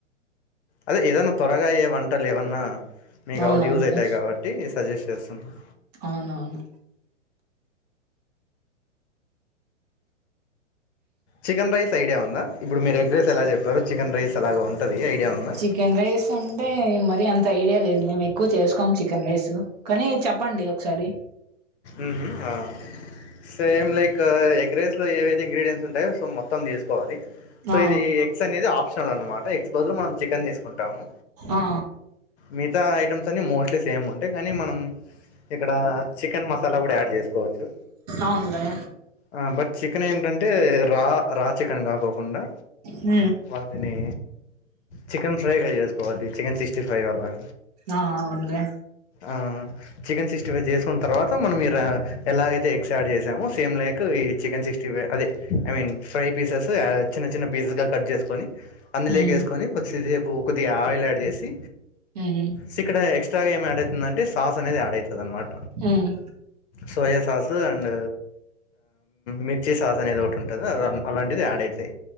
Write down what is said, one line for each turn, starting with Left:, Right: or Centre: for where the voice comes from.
Left: అదే ఏదన్నా త్వరగా ఆయె వంటలు ఏవన్నా మీకు
Right: అవునవును
Left: అవ్ యూజ్ అవుతాయి కాబట్టి సజెస్ట్ చేస్తున్నాను
Right: అవునవును
Left: చికెన్ రైస్ ఐడియా ఉందా ఇప్పుడు మీరు ఎగ్ రైస్ ఎలా చెప్పారో చికెన్ రైస్ అలాగా ఉంటది ఐడియా ఉందా
Right: చికెన్ రైస్ అంటే మరి అంత ఐడియా లేదు మేము ఎక్కువ చేసుకోము చికెన్ రైసు కానీ చెప్పండి ఒకసారి
Left: ఉహు ఆ సేమ్ లైక్ ఎగ్రైస్ లో ఏవైతే ఇంగ్రీడియయంన్ట్స్ ఉంటాయో సో మొత్తం తీసుకోవాలి సో
Right: ఆ
Left: ఇది ఎగ్స్ అనేది ఆప్షనల్ అనమాట ఎగ్స్ బదులు మనం చికెన్ తీసుకుంటాము
Right: ఆ
Left: మిగతా ఐటమ్స్ అన్ని మోస్ట్లీ సేమ్ ఉంటాయి కానీ మనం ఇక్కడ చికెన్ మసాలా గుడా యాడ్ చేసుకోవచ్చు
Right: అవునులే
Left: ఆ బట్ చికెన్ ఏంటంట్ అంటే రా రా చికెన్ కాకోకుండా
Right: మ్మ్
Left: వాటిని చికెన్ ఫ్రైగా చేసుకోవాలి చికెన్ సిక్స్టీ ఫ్రైవ్ అలాగ
Right: ఆ అవునులే
Left: ఆ చికెన్ సిక్స్టీ ఫైవ్ చేసుకున్న తర్వాత మనం మీరు ఎలాగైతే ఎగ్స్ యాడ్ చేసామో సేమ్ లైక్ ఈ చికెన్ సిక్స్టీ ఫైవ్ అదే ఐ మీన్ ఫ్రై పీసెస్ యావ్ చిన్న చిన్న పీసెస్ గా కట్ చేసుకొని అందులేకి
Right: ఉమ్
Left: వేసుకొని కొద్దిసేపు కొద్దిగా ఆయిల్ యాడ్ చేసి
Right: అవున
Left: స్ ఇక్కడ ఎక్స్ స్ట్రా గా ఏం యాడ్ అవుతుందంటే సాస్ అనేది యాడ్ అయితాది అనమాట
Right: ఉమ్
Left: సోయా సాస్ అండ్ మిర్చి సాస్ అనేది ఒకటి ఉంటాది అ అలాంటిది యాడ్ అయితుంది